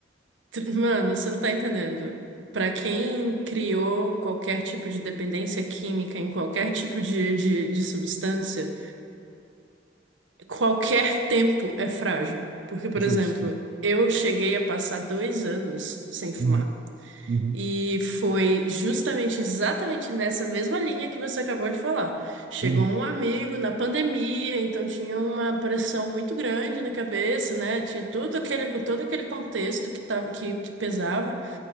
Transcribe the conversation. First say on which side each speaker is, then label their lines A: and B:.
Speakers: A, on the right; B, on the right.
A: t- mano, você não tá entendendo. Para quem criou qualquer tipo de dependência química em qualquer tipo de, de, de substância, qualquer tempo é frágil. Porque, por
B: Justo.
A: exemplo, eu cheguei a passar dois anos sem fumar.
B: Uhum, uhum,
A: E foi justamente exatamente nessa mesma linha que você acabou de falar. Chegou
B: uhum.
A: um amigo na pandemia, então tinha uma pressão muito grande na cabeça, né? Tinha tudo aquele, todo aquele contexto que tava, que, que pesava.